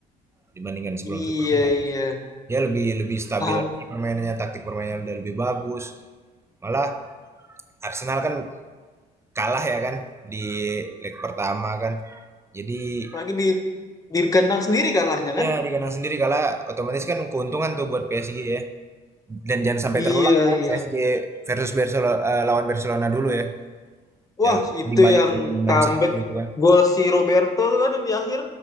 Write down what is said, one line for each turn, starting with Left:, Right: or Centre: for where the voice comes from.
Right: dibandingkan sebelum-sebelumnya.
Left: Iya, iya.
Right: Dia lebih lebih stabil
Left: Nah,
Right: lagi permainannya, taktik permainannya udah lebih bagus. Malah Arsenal kan kalah ya kan di leg pertama kan. Jadi
Left: apalagi di di kandang sendiri kalahnya
Right: Iya,
Left: kan?
Right: di kandang sendiri kalah otomatis kan keuntungan tuh buat PSG ya. Dan jangan sampai
Left: Iya,
Right: terulang kan
Left: iya.
Right: PSG versus Barcelona eh, lawan Barcelona dulu ya
Left: Wah,
Right: yang
Left: itu
Right: dibalikin
Left: yang
Right: enam
Left: comeback
Right: satu itu kan.
Left: gol si Roberto tuh kan yang di akhir.